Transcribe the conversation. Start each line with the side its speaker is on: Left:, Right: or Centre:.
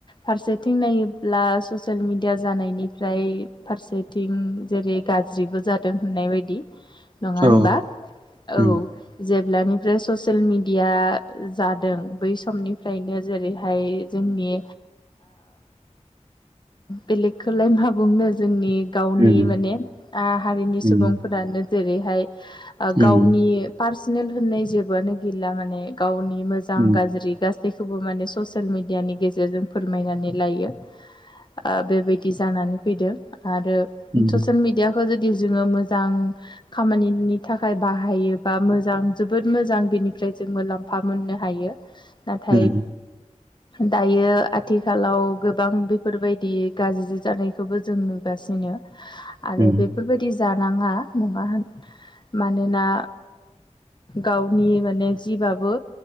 Left: फारसेथिं नायोब्ला ससियेल मिडिया जानाय निफ्राय फारसेथिं जेरै गाज्रिबो जादों होननाय बायदि नङा होनबा
Right: औ
Left: औ
Right: उम
Left: जेब ब्लानिफ्राय ससियेल मेदिया जादों बै स समनिफ्रायनो जेरैहाय जोंनि बेलेगखौलाय मा बुंनो जोंनि गावनि
Right: उम
Left: माने हारिनि सुबुंफोरानो
Right: उम
Left: जेरैहाय गावनि
Right: उम
Left: पार्सनेल होननाय जेबोआनो गैला माने गावनि मोजां
Right: उम
Left: गाज्रि गासैखौबो माने ससियेल मेडियानि गेजेरजों फोरमायनानै लायो बेबायदि जानानै फैदों आरो
Right: उम
Left: ससियेल मिडियाखौ जुदि जोङो मोजां खामानिनि थाखाय बाहायोबा मोजां जोबोद मोजां बेनिफ्राय जों मुलाम्फा मोननो हायो नाथाय
Right: उम
Left: दायो आथिखालाव गोबां बेफोरबायदि गाज्रि जानायखौबो जों नुगासिनो आरो
Right: उम
Left: बेफोरबायदि जा नाङा नङा होन मानोना गावनि माने जिबाबो